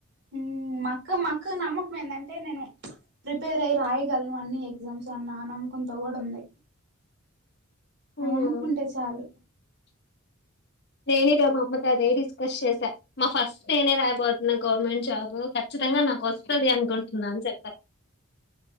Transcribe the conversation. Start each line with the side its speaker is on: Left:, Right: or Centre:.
Right: ఉమ్ మక్క మక్క నమ్మకం ఏందంటే నేను ప్రిపేర్ అయి రాయగలను అన్ని ఎగ్జామ్స్ అన్నా నమ్మకంతో గూడా ఉంది
Left: హ్మ్
Right: ఆ నమ్మకం ఉంటే చాలు
Left: నేనే ర మా అమ్మతో అదే డిస్కస్ చేసా మా ఫస్ట్ నేనే రాయబోతున్న గవర్నమెంట్ జాబ్ కచ్చితంగా నా కొస్తది అనుకుంటున్నా అని చెప్ప